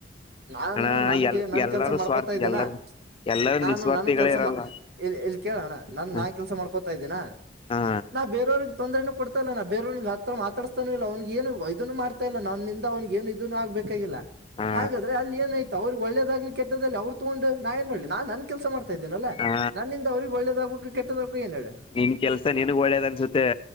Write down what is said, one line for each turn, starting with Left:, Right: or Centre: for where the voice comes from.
Right: ನಾನು
Left: ಅಣ
Right: ನನ್ಗೆ
Left: ಎಲ್
Right: ನನ್
Left: ಎಲ್ಲಾರೂ
Right: ಕೆಲ್ಸ ಮಾಡ್ಕೊತಾ
Left: ಸ್ವಾರ್ಥಿ
Right: ಇದ್ದೇನಾ
Left: ಎಲ್ಲಾರ ಎಲ್ಲಾರೂ
Right: ನಾನು
Left: ನಿಸ್ವಾರ್ಥಿಗಳೇ
Right: ನನ್ ಕೆಲ್ಸ
Left: ಇರಲ್ಲ
Right: ಇ ಇಲ್ಲಿ ಕೇಳೋಣ ನನ್
Left: ಹ
Right: ನಾನ್ ಕೆಲ್ಸ ಮಾಡ್ಕೊತಾ ಇದ್ದೀನ
Left: ಹಾ
Right: ನಾ ಬೇರವ್ರಿಗೆ ತೊಂದರೆನ ಕೊಡ್ತಾಲ್ಲ ನಾ ಬೇರವ್ರಿಗೆ ಹತ್ರ ಮಾತಾಡ್ಸ್ತಾನು ಇಲ್ಲ ಅವನಗ ಏ ಇದನು ಮಾಡತ ಇಲ್ಲ ನನ್ನಿಂದ ಅವನಿಗೆ ಏನ್ ಇದೂ ಆಗ್ಬೇಕಾಗಿಲ್ಲ
Left: ಹಾ
Right: ಹಾಗಾದ್ರೆ ಅಲ್ಲಿ ಏನಾಯ್ತು ಅವ್ರಿಗೆ ಒಳ್ಳೇದಾಗ್ಲಿ ಕೆಟ್ಟದ್ದದಲ್ಲಿ ಅವ್ರು ತಗೊಂಡ ನಾ ಏನ್ ಮಾಡಿ ನಾ ನನ್ ಕೆಲಸ ಮಾಡ್ತನೆ ಇದೀನಲ್ಲಾ
Left: ಹಾ
Right: ನನ್ನಿಂದ ಅವ್ರಿಗೆ ಒಳ್ಳೇದಾಗ್ಬೇಕು ಕೆಟ್ಟದಾಗ್ ಏ ಹೇಳ
Left: ನಿಮ ಕೆಲ್ಸ ನನ್ಗ್ ಒಳ್ಳೇದ್ ಅನ್ಸುತ್ತೆ